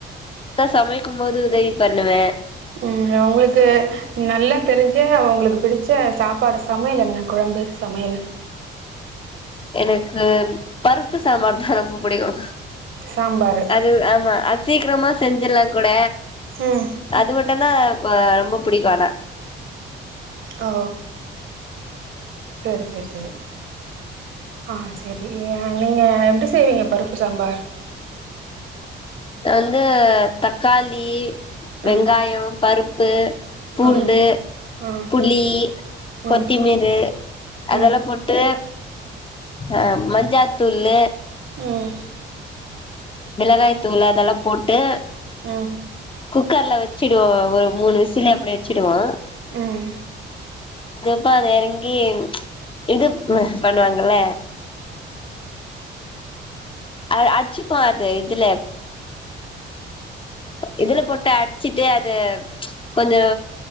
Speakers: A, on the left; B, on the right.
A: அத்தா சமைக்கு போது உதவி பண்ணுவே
B: ம் உங்களுக்கு நல்லா தெரிஞ்ச அவங்களுக்கு பிடிச்ச சாப்பாடு சா சமையலென்ன கொழம்பு சமையலு
A: எனக்கு பருப்பு சாம்பாருதா ரொம்ப புடிக்கு
B: சாம்பாரு
A: அது ஆமா அ சீக்ரமா செஞ்சிடலா கூட
B: ம்
A: அது மட்டுதா அ ரொம்ப புடிக்கு ஆனா
B: ஓ சேரி சேரி சேரி ஆ சரி நீங்க வந்து எப்டி செய்வீங்க பருப்பு சாம்பார்
A: வந்து தக்காளி வெங்காயோ
B: ம்
A: பருப்பு உப்பு பூண்டு
B: ம் ம்
A: புளி கொத்தமீறு
B: ம்
A: அதெல்லா
B: ம்
A: போட்டு அ மஞ்சாத்தூளு
B: உம்
A: மிளகாய் தூளு அதெலா போட்டு
B: ம்
A: குக்கர்ல வச்ச வச்சிடுவோ ஒரு மூனு விசில் அப்டி வச்சிடுவோ
B: உம்
A: அப்ப இறங்கி இது பண்ணுவாங்கல அ அடிச்சுப்போ அது இதுல இதுல போட்டு அடுச்சிட்டு அது கொஞ்ச